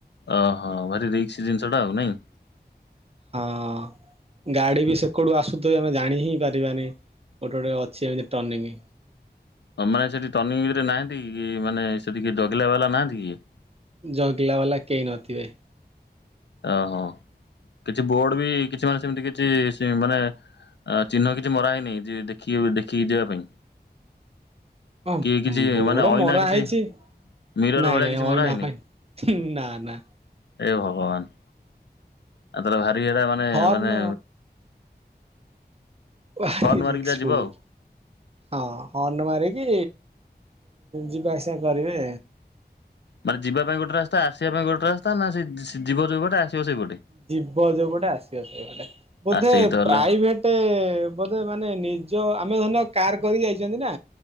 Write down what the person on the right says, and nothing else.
ହଁ। ଗାଡ଼ି ବି ସେକଡୁ ଆସୁଥିବ ଆମେ ଜାଣି ହିଁ ପାରିବାନି ଗୋଟେ ଗୋଟେ ଅଛି ଏମିତି ଟ୍ରନିଂ।
ଜଗିଲା ବାଲା କେହି ନଥିବେ।
ହଁ
ବୋଡ
ମରା
ହେଇଛି।
ନାଇଁ
ନାଇଁ
ଅଇନା
ପାଇଁ ନା ନା।
ହର୍ନ
ଭାରି
ରିକ୍ସ
ଫୁଲ୍।
ହଁ ହର୍ନ ମାରିକି ଯିବା ଆସିବା କରିବେ।
ଯିବ ଯୋଉପଟେ ଆସିବ ସେଇପଟେ ବୋଧେ
ପ୍ରାଇଭେଟ ଗୋଟେ ବୋଧେ ମାନେ ନିଜ ଆମେ ଧରିନିଅ କାର୍ କରିକି ଯାଇଛନ୍ତି ନା